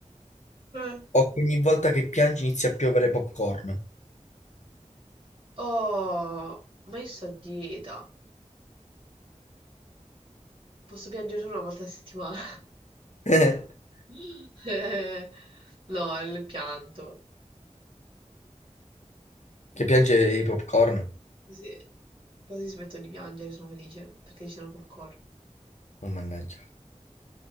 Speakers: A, on the right; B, on the left.
A: Eh.
B: o che ogni volta che piangi inizi a piovere popcorn?
A: Oh, ma io sto a dieta. Posso piangere solo una volta a settimana.
B: <laughs>
A: <laughs> Eh, no, il pianto.
B: Che piange i popcorn?
A: Sì. Quasi smetto di piangere, sono felice perché ci sono col coro.
B: Oh, mannaggia.